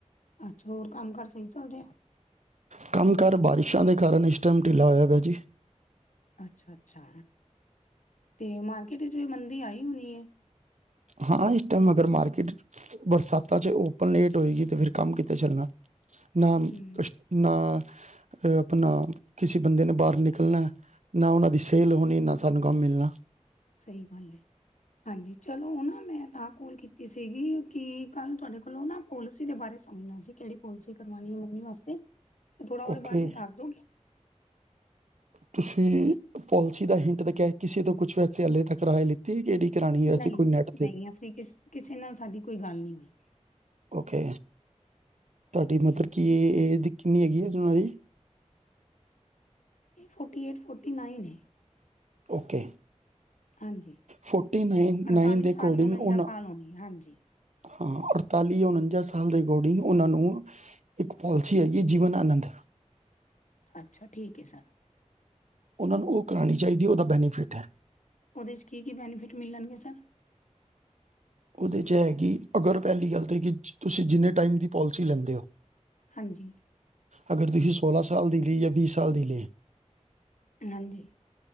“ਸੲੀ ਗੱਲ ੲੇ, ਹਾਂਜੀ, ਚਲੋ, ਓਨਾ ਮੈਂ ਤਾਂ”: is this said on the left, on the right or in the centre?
Left